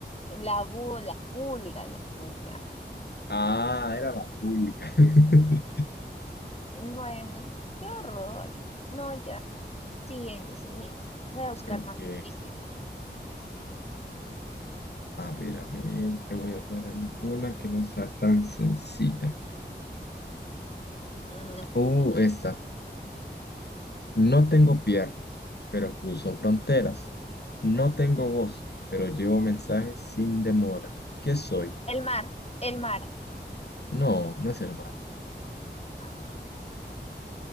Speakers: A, on the left; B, on the left.
A: La bu, la pulga, la pulga.
B: Ah, era la pulga. <laughs>
A: Bueno, qué horror. No, ya. Siguiente, siguiente. Voy a buscar
B: Ok.
A: más difícil.
B: A ver, a ver, te voy a dar alguna que no sea tan sencilla.
A: Mm, ok.
B: Oh, esta. No tengo piernas, pero cruzo fronteras. No tengo voz, pero llevo mensajes sin demora. ¿Qué soy?
A: El mar, el mar.
B: No, no es el mar.
A: Ah,